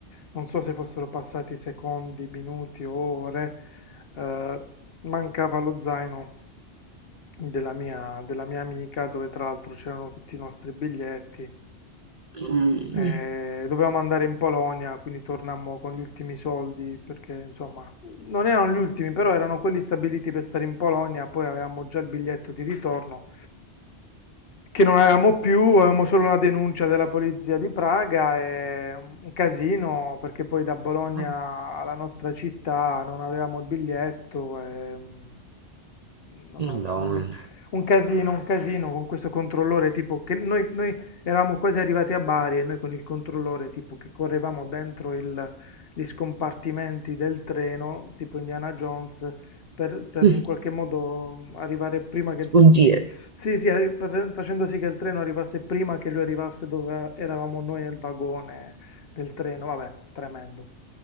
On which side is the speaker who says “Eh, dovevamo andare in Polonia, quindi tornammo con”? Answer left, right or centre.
Left